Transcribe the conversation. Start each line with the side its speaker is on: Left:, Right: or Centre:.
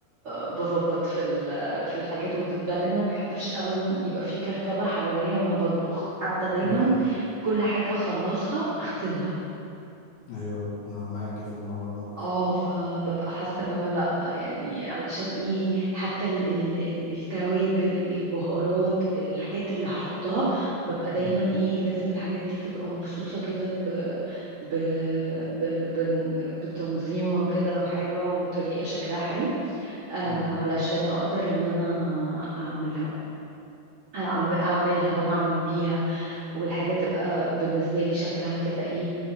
Right: بظبط في ال- في الحاجات وبعدين أنا ما بحبش أبدا يبقى في كركبة حواليا وأنا بطبخ حتى دايما
Left: مم.
Right: كل حاجة أخلصها أغسلها
Left: ايوه انا معاكي في الموضوع ده
Right: اه فببقى حاسه اللي هو لا يعني علشان ايه حتى ال ال ال التوابل البهارات الحاجات اللي هحطها ببقى دايما
Left: مم.
Right: ايه لازم الحاجات دي تبقى مرصوصه كده ب ب ب بن- بتنظيمه كده حلوه وطريقه شكلها حلو آه
Left: مم.
Right: علشان اقدر ان انا اعملها أعم- اعملها واعمل بيها والحاجة تبقى بالنسبة لي شكلها كده ايه